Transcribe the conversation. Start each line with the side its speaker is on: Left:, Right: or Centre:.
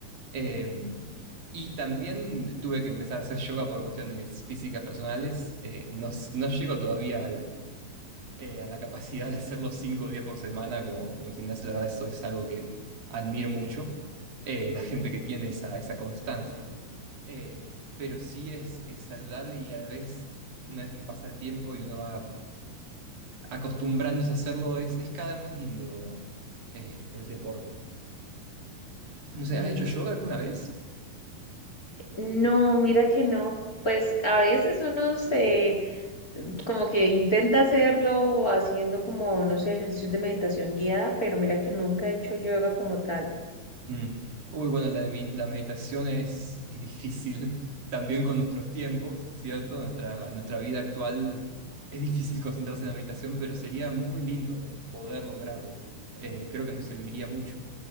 Right: Eh, y también tuve que empezar a hacer yoga por cuestiones físicas personales. Eh, no, s- no llego todavía al, eh, a la capacidad de hacerlo cinco días por semana como, como el gimnasio. La verdad, eso es algo que admiro mucho. eh, la gente que tiene esa, esa constancia. Eh, pero sí es, es saludable y a la vez, una vez que pasa el tiempo y uno va acostumbrándose a hacerlo, es, es cada vez más lindo eh, el deporte. No sé,
Left: Sí.
Right: ¿has hecho yoga alguna vez?
Left: No, mira que no. Pues a veces uno se como que intenta hacerlo haciendo como, no sé, ejercicios de meditación guiada, pero mira que nunca he hecho yoga como tal.
Right: Mm. Uy, bueno, la, de mi- la meditación es, es difícil <laughs> también con nuestros tiempos, ¿cierto? Nuestra, nuestra vida actual es difícil concentrarse en la meditación, pero sería muy lindo poder lograrlo. Eh, creo que nos serviría mucho.